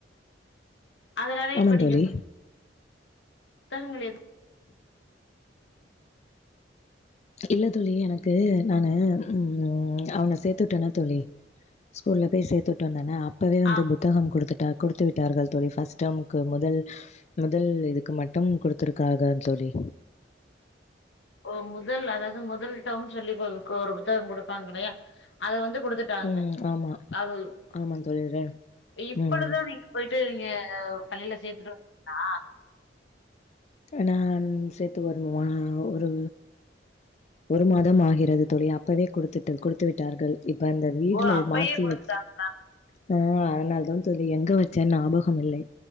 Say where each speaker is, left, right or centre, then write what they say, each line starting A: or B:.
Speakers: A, on the left; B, on the left.
A: அதனால இப்ப
B: ஆமா
A: நீங்க
B: தோழி
A: பு தங்களே
B: இல்ல தோழி எனக்கு நானு ம் அவங்கள சேத்துட்டேனே தோழி ஸ்கூல்ல போய் சேத்துவுட்டு வந்தேல்ல அப் ப்பவே வந்து
A: ஆ
B: புத்தகம் கொடுத்து த குடுத்து விட்டார்கள் தோழி ஃபஸ்ட் டைமுக்கு முதல் முதல் இதுக்கு மட்டும் குடுத்துருக்காங்க தோழி
A: ஓ முதல் அதாவது முதல் டைம் சொல்லிப்பாறு <unintelligible> ஒரு புத்தகம் குடு ப்பாங்கல்லியா அத வந்து குடுத்துட்டாங்க
B: ம் ஆமா
A: அது
B: ஆமா தோழி ரெ
A: இப்ப
B: ம்
A: தான் நீங்க போயிட்டு நீங்க பள்ளியில சேத்துட்டு வந்து ஆ
B: நான் சேத்து வருவமோ ஒரு ஒரு மாதம் ஆகிறது தோழி அப்பவே கொடுத்துட்டு கொடுத்து விட்டு ட்டார்கள் இப்ப அந்த வீடுல
A: ஓ அப்பயே
B: மாத்தி
A: குடுத்துட்டாங்க
B: வச்சு ஆ இல்ல அதான் தோழி எங்க வச்சேன்னு ஞாபகம் இல்லை